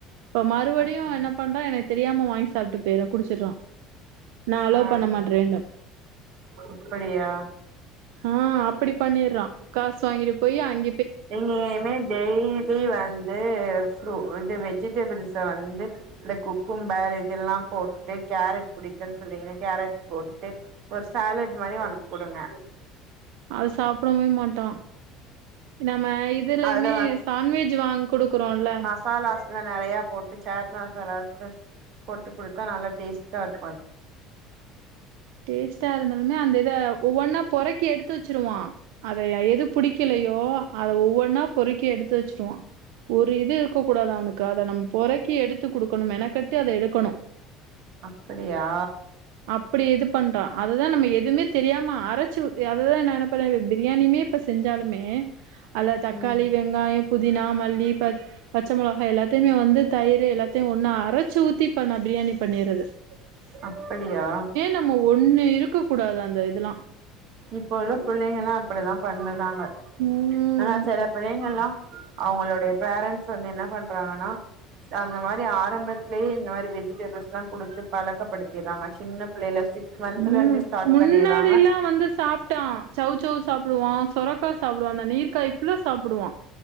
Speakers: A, on the right; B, on the right.
A: இப்ப மறுவடியு
B: அப்ப
A: இவ என்ன பண்றா எனக்கு தெரியாம வாங்கி சாப்ட்டு போய்றா குடிச்சுட்றா‌ நா அலோ
B: ஆ
A: பண்ண மாட்றேன்டு.
B: அப்படியா
A: ஆ அப்பிடி பண்ணிர்றா காசு வாங்கிட்டு போயி அங்
B: எங்கிமே டெய்லி வந் து ஃப்ரு இது வெஜிடெபிள்ஸ வந்து இந்த குக்கும்பர் இதெல்லாம் போட்டு கேரட் பிடிக்குன் சொன்னிங்கல கேரட் போட்டு ஒரு சாலட் மாரி அவுனுக் குடுங்க.
A: அத சாப்படவே மாட்டா. நம்ம இதுலயுமே
B: அதுல
A: சான்வெஜ் வாங் குடுக்குறோல்ல
B: சாலாஸ்ல்லா நெறையா போட்டு சேட் மசாலாஸு போட்டு குடுத்தா நல்லா டேஸ்ட்டாருக்கு அது.
A: டேஸ்டா இருந்தாலுமே அந்த இத ஒவ்வொன்னா பொறக்கி எடுத்து வெச்சுருவா. அதைய எது புடிக்கலையோ அத ஒவ்வொன்னா பொறுக்கி எடுத்து வெச்சிருவா. ஒரு இது இருக்க கூடாது அவனுக்கு அத நம் பொறக்கி எடுத்து குடுக்கணு மெனக்கெட்டு அத எடுக்கணு.
B: அப்பிடியா?
A: அப்படி இது பண்றா அததா நம்ம எதுமே தெரியாம அரைச்சு ஊத் அததா நா என்ன பண்ண இப்ப பிரியாணிமே இப்ப ஸ் செஞ்சாலுமே அதல தக்காளி,
B: ம்
A: வெங்காயம், புதினா, மல்லி, பச் பச்ச மோளகா எல்லாத்தைமே வந்து தயிரு எல்லாத்தையு ஒன்னா அரைச்சு ஊத்தி இப்ப நா பிரியாணி பண்ணிர்றது. ச
B: அப்படியா?
A: நம்ம ஒன்னு இருக்க கூடாது அந்த இதலா.
B: இப்ப உள்ள புள்ளைங்கல்லா அப்பிடிதா பண்ணதாங்க
A: ம்
B: ஆனா செல பிள்ளைங்கள்லா அவுங்களுடைய பேரண்ட்ஸ் வந்து என்ன பண்றாங்கனா ஸ் அந்த மா ரி ஆரம்பத்லியே இந்த மாரி வெஜிடபிள்ஸ்லா குடுத்து பழக்கப்படுத்திர்றாங்க சின்ன புள்ளைல சிக்ஸ் மந்த்துலந்தே
A: ம்
B: ஸ்டாட்
A: முன்னாடில்லா
B: பண்ணிர்றாங்க.
A: வந்து சாப்ட்டா சௌசௌ சாப்புடுவா சொர க்கா சாப்புடுவா அந்த நீர்க்காய் ஃபுல்லா சாப்புடுவா